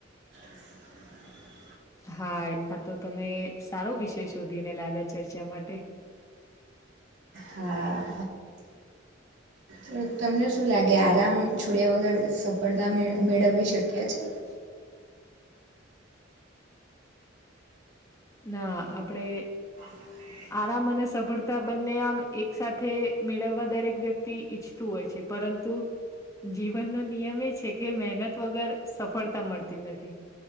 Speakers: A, on the right (about 65°); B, on the left (about 15°).
A: <inaudible>
B: હા આ તો તમે સારો વિષય શોધીને લાવ્યા ચર્ચા માટે.
A: હા. <unintelligible> તમને શું લાગે આરામ છોડ્યા વગર સફળતા મે મેળવવી શક્ય છે.
B: <inaudible> ના આપડે.
A: <inaudible>
B: આરામ અને સફળતા બંને આમ એક સાથે મેળવવા દરેક વ્યક્તિ ઈચ્છ, તું હોય છે પરંતુ, જીવનનો નિયમ એ છે કે મહેનત વગર સફળતા મળતી નથી.